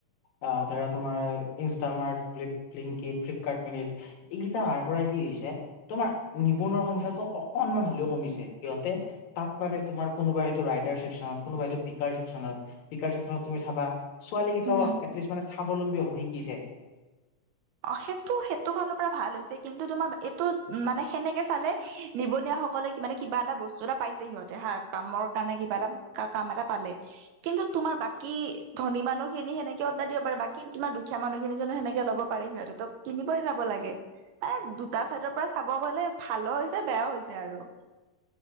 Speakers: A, on the left; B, on the right.
A: আহ', ধৰা তোমাৰ', Instamart, flip, Blinkit, Flipkart minute, এইকেইটা আহাৰ পৰা কি হৈছে', তোমাৰ নিবনুৱা সংখ্যটো অকনমান হ'লেও কমিছে সিহঁতে', তাত মানে তোমাৰ কোবা হয়েইটো ৰাইডাৰ ছেকশনত কোনোবা হয়টো পিকাৰ ছেকশনত', পিকাৰ ছেকশনত‌ তুমি চাবা ছোৱালী কেইটাও
B: উম
A: এটলিষ্ট মানে স্বাৱলম্বী হ'ব শিকিছে',
B: অ', সেইটো-সেইটো ফালৰ পৰা ভাল হৈছে কিন্তু তোমাৰ এইটো মানে সেনেকে চালে', নিবনুৱাসকলে মানে কিবা এটা বস্তু এটা পাইছে সিহঁতে হা কামৰ কাৰণে কিবা এটা', কা', -কাম এটা পালে', কিন্তু তোমাৰ বাকী ধনী মানুহ খিনি সেনেকে অৰ্ডাৰ দিব পাৰে বাকী তোমাৰ দুখীয়া মানুহখিনি জানোঁ সেনেকে ল'ব', পাৰে সিহঁতে ত, কিনিবই যাব লাগে, এ দুটা চাইডৰ পৰা', চাব গ'লে ভালও হৈছে বেয়াও হৈছে আৰু',